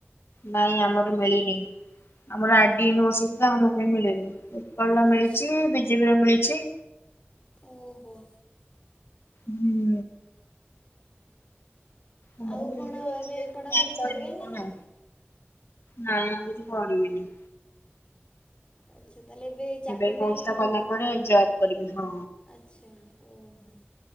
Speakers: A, on the left; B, on the left.
A: ନାଇଁ ଆମର ମିଳିନି ଆମର ଆର୍ଡି ୟୁନିଭର୍ ସିଟି ତ ଆମକୁ ମିଳିନି। ଉତ୍କଳ ର
B: ଆଚ୍ଛା
A: ମିଳିଚି ବିଜେପି ର ମିଳିଚି।
B: ଓହୋ।
A: ହୁଁ। ଆମର
B: ଆଉ
A: ମିଳିନି
B: କଣ
A: ମିଳିଲେ
B: ଏବେ
A: କ୍ଲାସ
B: ପଢ଼ାପଢ଼ି କରିବେ
A: କରିବି କଣ?
B: ନା ନାଇଁ?
A: ନାଇଁ ଆଉ କିଛି ପଢିବିନି।
B: ଆଚ୍ଛା ତାହାଲେ ଏବେ ଚାକିରୀ
A: ଏଇ କୋର୍ସ
B: ପାଇଁ
A: ଟା କଲା ପରେ ଜବ୍ କରିବି ହଁ।
B: ଆଚ୍ଛା ଓହୋ।